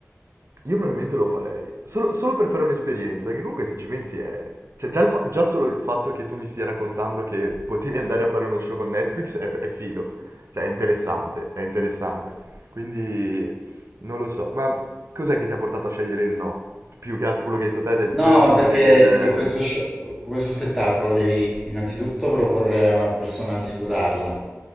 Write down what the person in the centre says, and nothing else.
No,
ma perché
eh, questo,
sho- questo spettacolo devi innanzitutto proporre a una persona di sposarla,